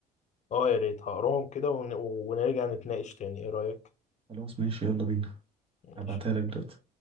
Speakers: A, on the left; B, on the right.
A: اه يا ريت هقراهم كده ون- ونرجع نتناقش تاني ايه رأيك
B: خلاص ماشي يلا بينا
A: ماشي
B: هبعتها لك دلوقتي